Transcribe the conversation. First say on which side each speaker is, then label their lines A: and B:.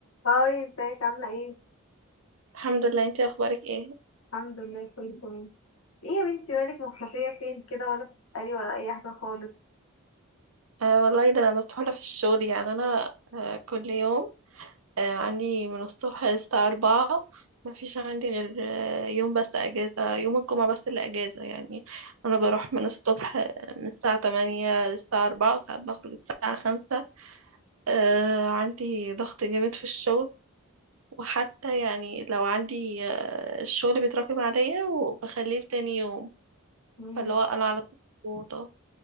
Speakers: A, on the left; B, on the right.
A: هاي ازيك عاملة ايه؟
B: الحمد لله انتي اخبارك ايه
A: الحمد لله كله تمام ايه يا بنتي مالك مختفية فين كده ولا بتسألي ولا أي حاجة خالص
B: آه والله ده انا مسحولة في الشغل يعني انا آه كل يوم آه عندي من الصبح للساعة أربعة ما فيش عندي غير آه يوم بس اجازة يوم الجمعة بس اللي اجازة يعني انا بروح من الصبح آه، من الساعة تمانية للساعة أربعة وساعات بخرج الساعة خمسة آه عندي ضغط جامد في الشغل وحتى يعني لو عندي آه الشغل بيتراكم عليا وبخليه لتاني يوم
A: مم،
B: فاللي هو انا على طول مضغوطة